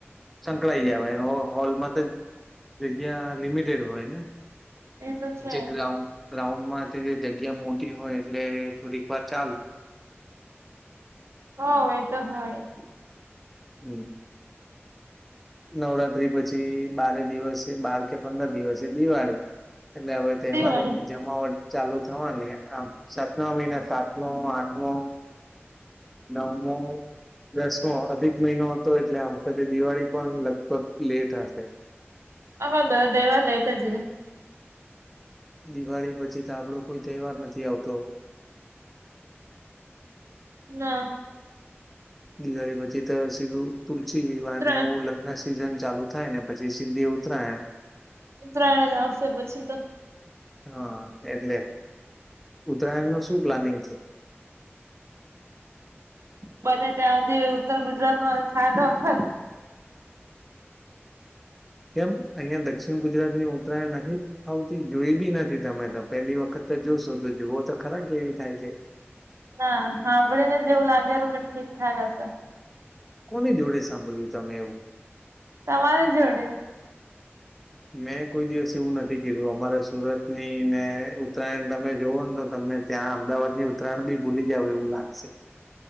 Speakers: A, in the centre; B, on the right (about 80°).
A: સંકળાઈ જવાય હોલમાં, તો જગ્યા લિમિટેડ હોય ને
B: એ તો છે
A: જે ગ્રાઉન્ડ ગ્રાઉન્ડમાંથી, જગ્યા મોટી હોય એટલે થોડીક વાર ચાલ
B: હ, એતો હોય
A: હમ નવરાત્રી પછી બારે દિવસ છે, બાર કે પંદર દિવસ દિવાળી એટલે હવે, તહેવારો
B: દિવાળી
A: ની જમાવટ ચાલુ થવાની આમ, સાત ન મહિના સાતમો આઠમો નવમો દસમો અધિક મહિનો હતો, એટલે આ વખતે દિવાળી પણ લગભગ લેટ હશે.
B: હમે, બધ દહેવાર લેટ જ
A: દિવાળી પછી, તો આપડો કોઈ તહેવાર નથી આવતો.
B: ના
A: દિવાળી પછી, તો સીધું તુલસી વિવાહ અને
B: ત્રણ
A: એવું લગ્ન સીઝન ચાલુ થાય, ને પછી સીધી ઉતરાય
B: ઉત્તરાયણ જ આવશે પછી, તો
A: હા, એટલે ઉત્તરાયણ નું શું પ્લાનિંગ છે <inaudible>
B: બને, ત્યાં સુધી ઉત્તર ગુજરાતમાં થાય તો વખત
A: કેમ અહીંયા દક્ષિણ ગુજરાત ની ઉત્તરાયણ નથી આવતી જોઈ, બી નથી, તમે તો પેલી વખત તો જોુશું તો જુઓ, તો ખરા કેવી થાય છે
B: ના સાંભળી ને જેવું લાગે, કે ઠીકઠાક હશે
A: તની જોડે સાંભળ્યું તમે એવું
B: તમારી જોડે
A: <inaudible> મેં કોઈ દિવસ એવું નથી, કીધું અમારે સુરત ની ને ઉત્તરાયણ તમે જોવો ને તો તમને ત્યાં અમદાવાદ ની ઉત્તરાયણ, બી ભૂલી જાવ એવું લાગશે